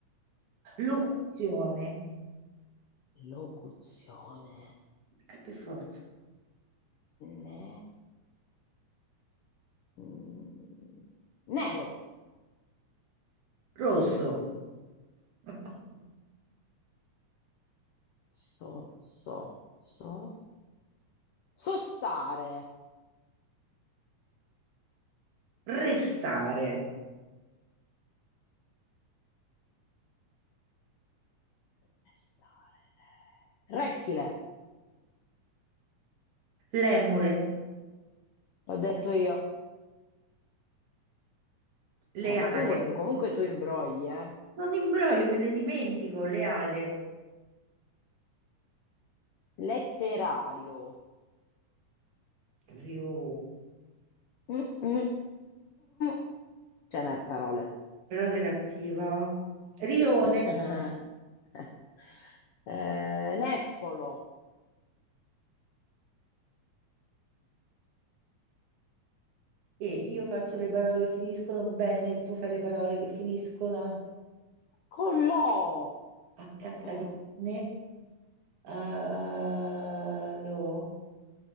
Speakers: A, on the right; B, on the left.
A: Locuzione.
B: Locuzione.
A: Eh, per forza.
B: Ne, mm, nero.
A: Rosso. <laughs>
B: So, so, so. Sostare.
A: Restare.
B: Pestare re. Rettile,
A: Lemure.
B: l'ho detto io.
A: Leale.
B: Eh, tu comunque tu imbrogli, eh.
A: Non imbroglio, me ne dimentico. Leale.
B: Letterario.
A: Rio.
B: Mm, mm. <laughs> Ce n'è parole.
A: Però sei cattiva. Rione.
B: <laughs> Eh, Nespolo.
A: E io faccio le parole che finiscono bene e tu fai le parole che finiscono
B: Collò.
A: a, a cacca
B: Mm.
A: di cane. Eh, lo...